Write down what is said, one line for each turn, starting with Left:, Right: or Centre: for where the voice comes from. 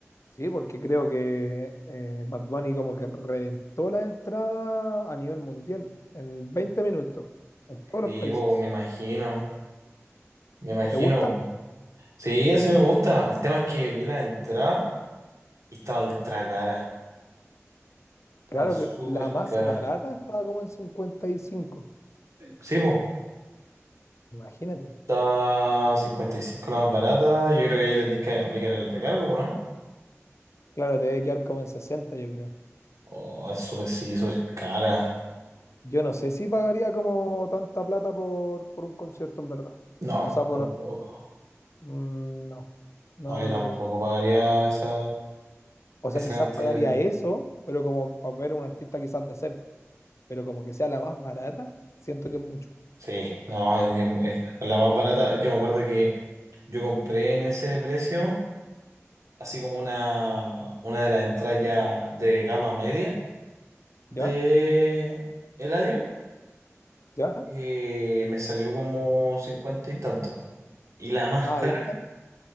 Left: Sí, porque creo que eh, Bad Bunny como que reventó la entrada a nivel mundial en 20 minutos, en todos
Right: Sí,
Left: los países.
Right: pues me imagino. Me imagino.
Left: ¿Te gusta?
Right: po. Sí, ese me gusta. El tema es que vi la entrada y estaban ultra caras. Estaban
Left: Claro,
Right: súper
Left: que la más
Right: caras.
Left: barata estaba como en 55,
Right: Sí, pues.
Left: imagínate.
Right: Estaba 55 la más barata. Yo creo que ahí le tenés que aplicar el recargo, po, ¿no?
Left: Claro, te debe quedar como en 60, yo creo.
Right: Oh, es súper, sí, súper cara.
Left: Yo no sé si pagaría como tanta plata por, por un concierto, en verdad.
Right: No,
Left: O sea, por...
Right: tampoco.
Left: mm, No, no,
Right: No, yo
Left: no
Right: tampoco
Left: creo.
Right: pagaría esa,
Left: O
Right: esa
Left: sea, quizás
Right: cantidad
Left: pagaría
Right: de plata.
Left: eso, pero como para ver a un artista quizás de cerca, pero como que sea la más barata, siento que es mucho.
Right: Sí, no, es, es- la más barata. Yo me acuerdo que yo compré en ese precio, así como una, una de las entradas ya de gama media de
Left: ¿Ya?
Right: Eladio,
Left: ¿Ya?
Right: eh, me salió como 50 y tanto. Y la más
Left: Ah,
Right: cara,
Left: ¿viste?